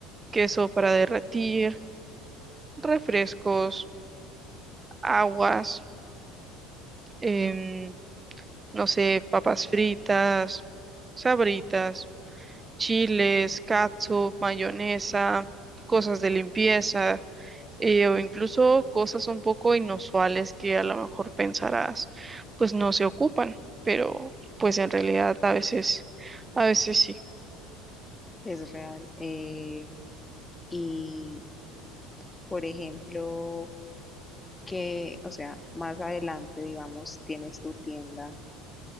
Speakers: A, on the right; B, on the left.
A: queso para derretir, refrescos, aguas, em, no sé, papas fritas, sabritas, chiles, catsup, mayonesa, cosas de limpieza eh, o incluso cosas un poco inusuales que a lo mejor pensarás, pues no se ocupan, pero pues en realidad a veces, a veces sí.
B: Es real. eh, y, por ejemplo, que, o sea, más adelante, digamos, tienes tu tienda